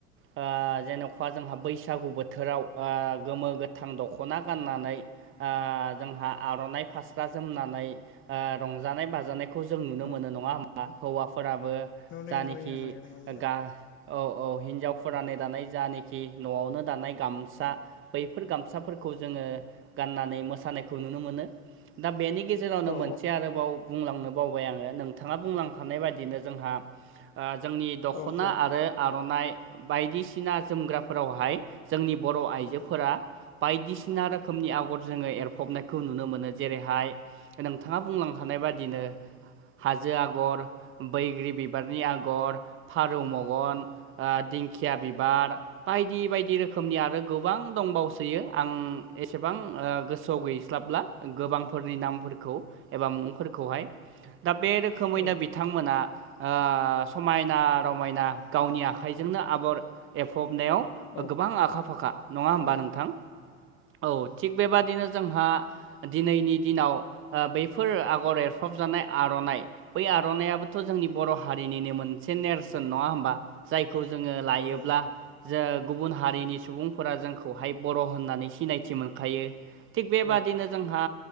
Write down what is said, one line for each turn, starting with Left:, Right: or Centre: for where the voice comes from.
Right: आ जेनखा जोंहा बैसागु बोथोराव आ गोमो गोथां दख'ना गाननानै, ओ जोंहा आर'नाइ फास्रा जोमनानै रंजानाय बाजानाय खौ जों नुनो
Left: औ
Right: मोनो नङा होमबा हौवाफोराबो
Left: नुयो
Right: जानखि
Left: नुयो नुयो नुयो
Right: गा औ औ हिनजाव फोरा नै दानाय जानखि न'आवनो दानाय गामसा बैफोर गामसाफोरखौ जोङो गाननानै मोसानायखौ नुनो मोनो दा बेनि गेजेरावनो
Left: औ
Right: मोनसे आरोबाव बुंलांनो बावबाय आङो नोंथाङा बुंलांखानाय बाय दिनो जोंहा जोंनि दख'ना
Left: औ औ
Right: आरो आर'नाइ बायदिसिना जोमग्राफोरावहाय जोंनि बर' आइजोफोरा बायदिसिना रोखोमनि आगर जोङो एरफबनायखौ नुनो मोनो जेरैहाय नोंथाङा बुंलां खानाय बादिनो हाजो आगर बैग्रि बिबारनि आगर फारौ मगन ओ दिंखिया बिबार बायदि बायदि रोखोमनि आरो गोबां दंबावसोयो आं एसेबां ओ गोसोआव गैस्लाबला गोबांफोरनि नामफोरखौ एबा मुंफोरखौहाय दा बे रोखोमैनो
Left: औ
Right: बि थांमोना आ समायना रमायना गावनि आखाइजोंनो आगर एफबनायाव
Left: औ
Right: गोबां आखा फाखा नङा होमबा
Left: औ
Right: नोंथां औ थिग बेबादिनो जोंहा दिनैनि दिनाव आ बैफोर आगर एरफबजानाय आर'नाइ बै आ र'नाइयाबोथ' जोंनि बर' हारिनिनो मोनसे नेरसोन नङा होमबा जायखौ जोङो लायोब्ला
Left: औ
Right: जो गुबुन हारिनि सुबुंफोरा जोंखौहाय बर' होननानै सिनायथि मोनखायो थिग बेबादिनो
Left: औ
Right: जोंहा